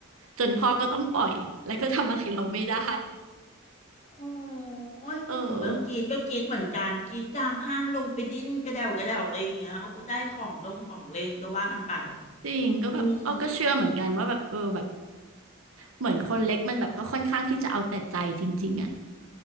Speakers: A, on the right; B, on the left.
A: จนพ่อก็ต้องปล่อยแล้วก็ทำอะไรเราไม่ได้
B: โอ้โอ้ย
A: เออ
B: พูดถึงเรื่องกรีดก็กรีดเหมือนกันกรีดกลางห้างลงไปดิ้นกระเดวกระเดวอะไรอย่างเงี้ยเอาก็ได้ของลงของเล่นก็ว่ากันไป
A: จริงก็แบบอ้อก็เชื่อเหมือนกันว่าแบบเออแบบ
B: อืม
A: เหมือนคนเล็กมันแบบก็ค่อนข้างที่จะเอาแต่ใจจริงๆอ่ะ